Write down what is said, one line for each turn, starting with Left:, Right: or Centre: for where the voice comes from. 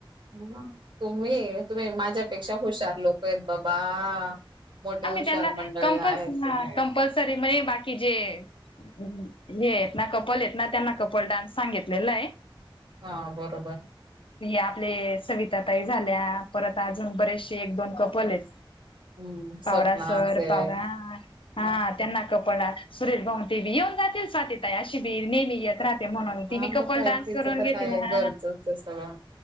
Right: ह तुम्ही तुम्ही माझ्यापेक्षा हुशार लोक आहेत बाबा मोठे हुशार
Left: त्यांना
Right: मंडळी
Left: कंप
Right: आहेत तुम्ही
Left: कंपल्सरी म्हणजे बाकी जे. हे येत ना कपल येत ना त्यांना कपल डान्स सांगितलेला आहे
Right: हा बरोबर
Left: ह आपले सविता ताई झाल्या परत अजून बरेचसे एक दोन कपल आहेत.
Right: हम्म सपना
Left: पवरा सर,
Right: असेल
Left: पवरा हा
Right: मग
Left: त्यांना कपल सुरेश भाऊते बी येऊन जातील स्वातीताई आशी भी नेहमी येत राह ते म्हणून
Right: हा
Left: ती बी
Right: मग
Left: कपल
Right: काय
Left: डान्स
Right: तिचं
Left: करून
Right: तर
Left: घेतील
Right: काय घरचच
Left: हा
Right: आहे सगळं.